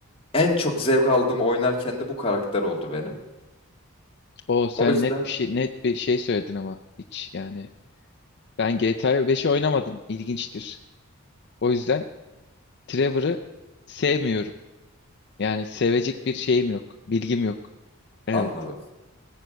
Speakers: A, on the left; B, on the left.
A: En çok zevk aldığım oynarken de bu karakter oldu benim.
B: O sen
A: O yüzden
B: net bir şey net bir şey söyledin ama hiç yani ben GTA 5'i oynamadım ilginçtir. O yüzden Trevor'ı sevmiyorum. Yani sevecek bir şeyim yok, bilgim yok. Evet.
A: anladım.